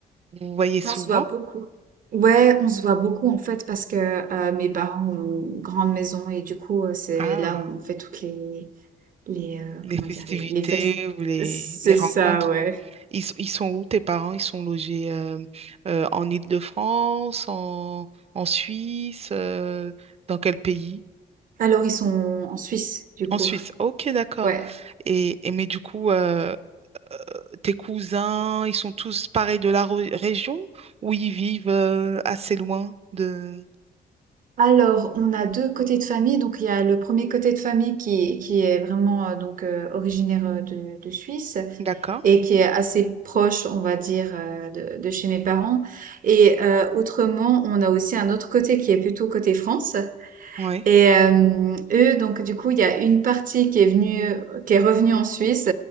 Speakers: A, on the right; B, on the right.
A: Vous vous voyez souvent?
B: On se voit beaucoup. Ouais, on se voit beaucoup en fait parce que euh, mes parents ont une grande maison et du coup euh, c'est
A: Ah,
B: là où on fait toutes les les euh,
A: les
B: comment
A: festivités
B: dire les, les fêtes.
A: ou les,
B: C'est
A: les rencontres.
B: ça, ouais.
A: Ils, s- ils sont où tes parents? Ils sont logés euh, euh, en Île-de-France, en, en Suisse, euh, dans quel pays?
B: Alors ils sont en Suisse du
A: En
B: coup.
A: Suisse. Ok, d'accord.
B: Ouais.
A: Et, et mais du coup, euh, tes cousins, ils sont tous pareils de la re- région ou ils vivent euh, assez loin de...
B: Alors, on a 2 côtés de famille. Donc, il y a le premier côté de famille qui est qui est vraiment, heu, donc, heu, originaire, heu, de de Suisse
A: D'accord.
B: et qui est assez proche, on va dire, heu, de de chez mes parents et heu, autrement, on a aussi un autre côté qui est plutôt côté France
A: Oui.
B: et hem, eux, donc du coup, il y a une partie qui est venue, qui est revenue en Suisse